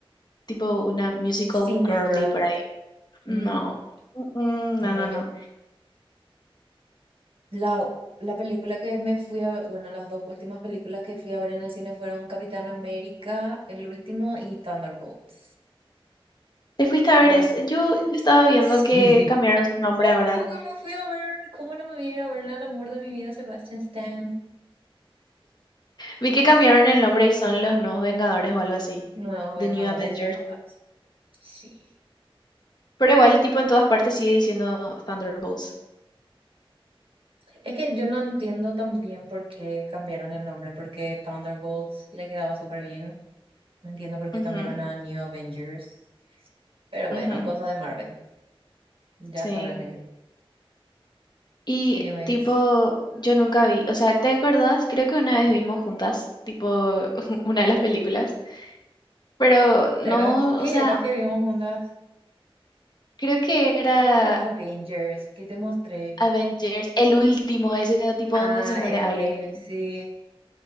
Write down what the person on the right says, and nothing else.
Cine
Girl.
Mm,
no,
yo
La, la película que me fui a, bueno, las dos últimas películas que fui a ver en el cine fueron Capitán América, el último, y Thunderbolts.
Son
las-
Sí.
Obvio
que me fui a ver. ¿Cómo no me voy a ir a verla al amor de mi vida, Sebastian Stan?
Nuevos Vengadores,
son todas. Sí.
Es que yo no entiendo también por qué cambiaron el nombre, porque Thunderbolts le quedaba súper bien. No entiendo por qué
cambiaron a New Avengers. Pero bueno,
cosa de Marvel. Ya
sabrán ellos.
Anyways.
era? ¿Qué
era que vimos juntas?
Creo que era Avengers, que te mostré.
Ah,
Endgame,
sí,